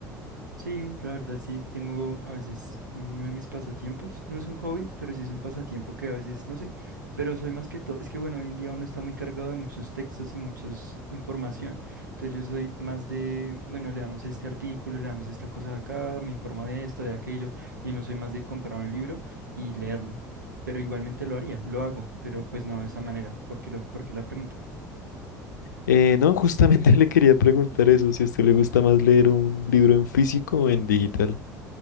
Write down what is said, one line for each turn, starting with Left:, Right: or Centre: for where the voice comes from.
Right: Sí, la verdad sí tengo a veces uno de mis pasatiempos, no es un hobby, pero sí es un pasatiempo que a veces, no sé, pero soy más que todo, es que bueno, hoy en día uno está muy cargado de muchos textos y mucha información, entonces yo soy más de, bueno, le damos este artículo, le damos esta cosa de acá, me informo de esto, de aquello, y no soy más de comprar un libro y leerlo, pero igualmente lo haría, lo hago, pero pues no de esa manera, porque lo, porque la pregunta.
Left: Eh, no, justamente <laughs> le quería preguntar eso, si a usted le gusta más leer un libro en físico o en digital.